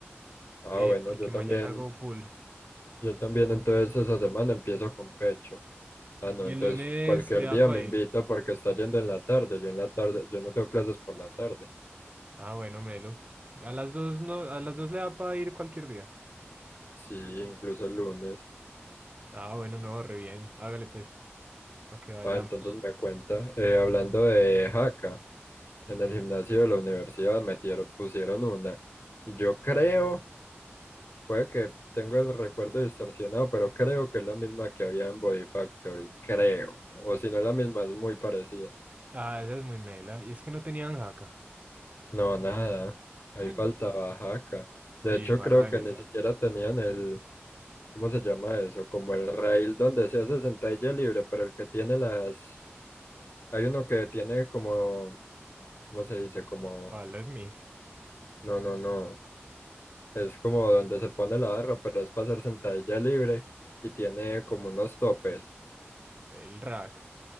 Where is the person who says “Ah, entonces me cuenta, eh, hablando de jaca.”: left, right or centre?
Left